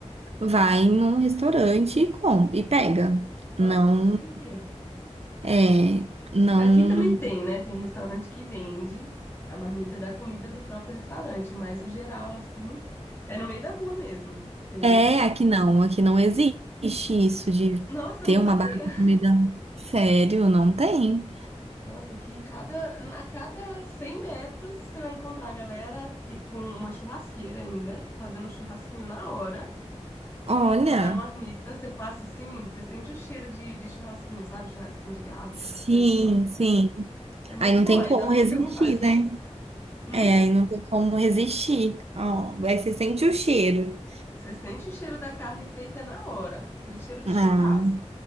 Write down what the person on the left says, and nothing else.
Nossa,
que chique.
Che- Aqui também tem, né? Tem restaurante que vende a marmita da comida do próprio restaurante, mas o geral, assim, é no meio da rua mesmo. Tem.
Nossa,
eu não sabia!
Nossa, aqui cada, a cada 100 metros você vai encontrar a galera que, com uma churrasqueira ainda, fazendo um churrasquinho na hora e
colocando na marmita. Você passa assim, você sente o cheiro de, de churrasquinho, sabe? Churrasquinho de gato,
essas coisas. assim, Nossa,
é muito
bom,
aí
dá muita
vontade.
<laughs> Hum?
Você sente o cheiro da carne feita na hora, aquele cheiro de
churrasco.